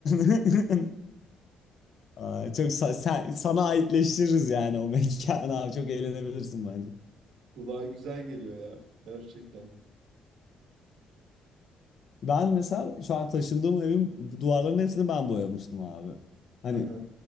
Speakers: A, on the left; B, on the right.
A: <laughs> Aa, çok sa- sen, sana aitleştiririz yani o <laughs> mekanı abi çok eğlenebilirsin bence.
B: Kulağa güzel geliyor ya. Gerçekten.
A: Ben mesela şu an taşındığım evin duvarlarının hepsini ben boyamıştım abi. Hani
B: Aha,